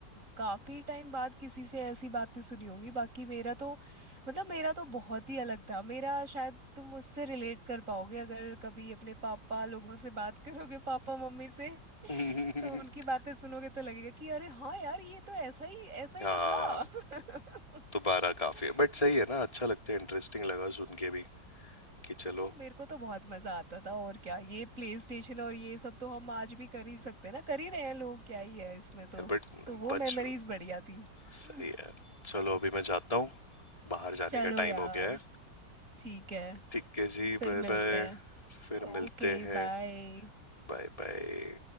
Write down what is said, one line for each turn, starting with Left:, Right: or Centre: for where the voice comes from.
Right: काफी टाइम बाद किसी से ऐसी बातें सुनी होंगी बाकी मेरा तो मतलब मेरा तो बहुत ही अलग था मेरा शायद तुम उससे रिलेट कर पाओगे अगर कभी अपने पापा लोगों से बात करोगे पापा मम्मी से
Left: <laughs>
Right: तो उनकी बातें सुनोगे तो लगेगा कि अरे हाँ यार ये तो ऐसा ही ऐसा ही
Left: हाँ
Right: तो था
Left: दोबारा
Right: <laughs>
Left: काफी है बट सही है ना अच्छा लगता है इंटरेस्टिंग लगा सुन के भी कि चलो
Right: नहीं, मेरे को तो बहुत मजा आता था और क्या ये प्ले स्टेशन और ये सब तो हम आज भी कर ही सकते हैं ना कर ही रहे हैं लोग क्या ही है इसमें तो
Left: बट
Right: तो वो
Left: बच
Right: मेमोरीज बढ़िया थी
Left: सही
Right: हम्म,
Left: है चलो अभी मैं जाता हूँ बाहर जाने
Right: चलो
Left: का टाइम
Right: यार
Left: हो गया है
Right: ठीक है
Left: ठीक है जी
Right: फिर
Left: बाय
Right: मिलते
Left: बाय
Right: हैं
Left: फिर
Right: ओके
Left: मिलते हैं
Right: बाय
Left: Bye bye